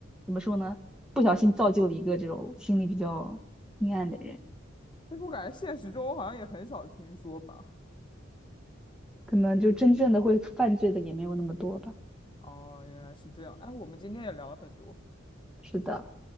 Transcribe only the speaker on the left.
但是我感觉现实中好像也很少听说吧。
哦，原来是这样。哎，我们今天也聊了很多，